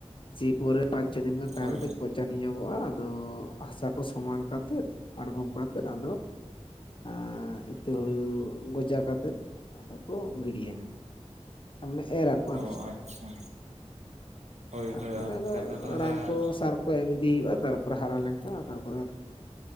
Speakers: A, on the left (about 45°); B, on the right (about 75°).
A: ᱥᱤ ᱯᱳᱨᱮ ᱯᱟᱸᱪ ᱪᱷᱚ ᱫᱤᱱ ᱜᱟᱱ ᱛᱟᱦᱮᱱᱟ
B: ᱦᱳᱭ
A: ᱠᱟᱹᱡ ᱯᱚᱪᱟᱱ ᱧᱚᱜᱚᱜ-ᱟ᱾ ᱟᱫᱚ ᱦᱟᱥᱟ ᱠᱚ ᱥᱚᱢᱟᱱ ᱠᱟᱛᱮᱫ ᱟᱲᱜᱚᱢ ᱠᱚ ᱟᱛᱮᱫ ᱟᱫᱚ ᱟ ᱤᱛᱟᱹ ᱦᱩᱲᱩ ᱜᱚᱡᱟ ᱠᱟᱛᱮᱫ ᱟᱫᱚ ᱠᱚ ᱜᱤᱲᱤᱭᱟ᱾ ᱢᱟᱜᱮ ᱮᱨ ᱟᱠᱚ ᱟᱫᱚ
B: ᱚ
A: ᱪᱮᱫ᱾
B: ᱟᱪᱪᱷᱟ ᱦᱳᱭ
A: ᱛᱟᱨᱯᱚᱨᱮ
B: ᱦᱳᱭ ᱟᱯᱮ
A: ᱟᱫᱚ
B: ᱫᱚ ᱛᱟᱦᱚᱞᱮ
A: ᱨᱟᱱ ᱠᱚ ᱥᱟᱨ ᱠᱚ ᱮᱢ ᱤᱫᱤ ᱦᱩᱭᱩᱜ-ᱟ᱾ ᱛᱟᱨᱯᱚᱨᱮ ᱦᱟᱨᱟ ᱞᱮᱱᱠᱷᱟᱱ ᱛᱟᱨᱯᱚᱨᱮ ᱟᱫᱚ